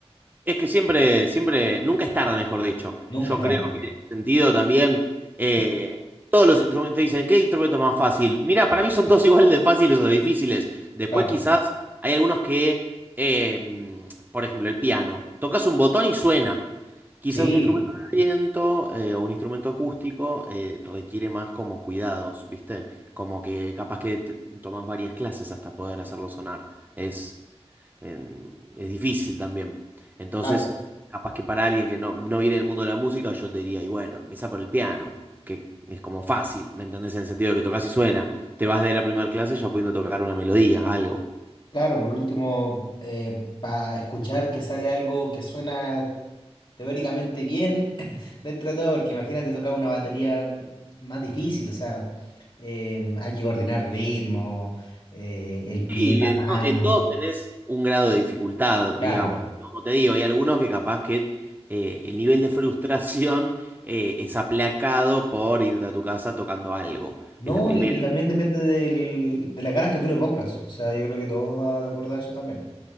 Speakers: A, on the right; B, on the left.
A: Es que siempre, siempre, nunca es tarde, mejor dicho.
B: Nunca
A: Yo
B: es tarde.
A: creo que en ese sentido también eh, todos los instrumentos te dicen, ¿qué instrumento es más fácil? Mira, para mí son todos <laughs> igual de fáciles o de difíciles. Después
B: Claro.
A: quizás hay algunos que, eh, mm, por ejemplo, el piano. Tocas un botón y suena. Quizás
B: Sí,
A: un instrumento de viento eh, o un instrumento acústico eh, requiere más como cuidados, ¿viste? Como que capaz que te- tomas varias clases hasta poder hacerlo sonar. Es en- es difícil también. Entonces,
B: claro.
A: capaz que para alguien que no, no viene del mundo de la música, yo te diría, y bueno, empezá por el piano, que es como fácil, ¿me entendés? En el sentido de que tocas y suena. Te vas de la primera clase ya pudiendo tocar una melodía, algo.
B: Claro, por último, para escuchar que sale algo que suena teóricamente bien <laughs> dentro de todo, porque imagínate tocar una batería mm, más difícil, o sea, em, hay que coordinar ritmo, eh, el pie,
A: Sí,
B: la
A: en, to-
B: mano,
A: en todos tenés un grado de dificultad,
B: claro,
A: digamos. Como te digo, hay algunos que capaz que eh, el nivel de frustración eh, es aplacado por irte a tu casa tocando algo.
B: ¿no?
A: En la primera
B: Y, y también depende del- de las ganas que tú le pongas, o sea, yo creo que todo va de acuerdo a eso también.